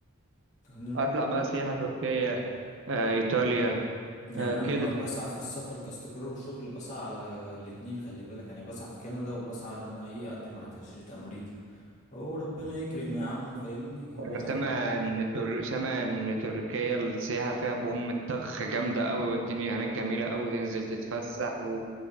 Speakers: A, on the left; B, on the right.
A: نروح
B: اطلع بقى سياحة تركيا آه، ايطاليا
A: يعني
B: آه،
A: أنا
B: كده
A: لما بسعى في السفر كاستقرار وشغل بسعى على الاتنين خلي بالك يعني بسعى في كندا وبسعى إن أنا إيه أقدم على تأشيرة أمريكا هو ربنا يكرم يا عم فاهمني الواحد
B: انا سامع ان تر... سامع ان تركيا السياحة فيها بوم الطخ جامدة قوي والدنيا هناك جميلة قوي تنزل تتفسح و...